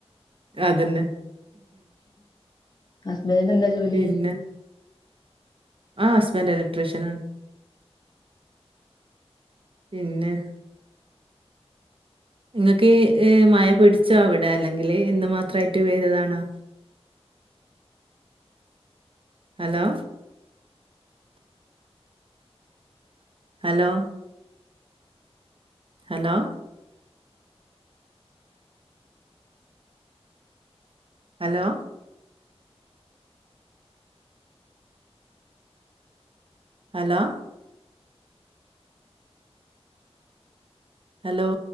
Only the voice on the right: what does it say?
ആഹ് അതന്നെ
പിന്നെ ആഹ് ഹസ്ബൻഡ് ഇലക്ട്രീഷ്യനാണ് പിന്നെ ഇങ്ങക്ക് ഈ ഇഹ് മഴ പിടിച്ചോ അവിടെ അല്ലെങ്കില് ഇന്ന് മാത്രായിട്ട് പെയ്തതാണോ hello hello hello hello hello hello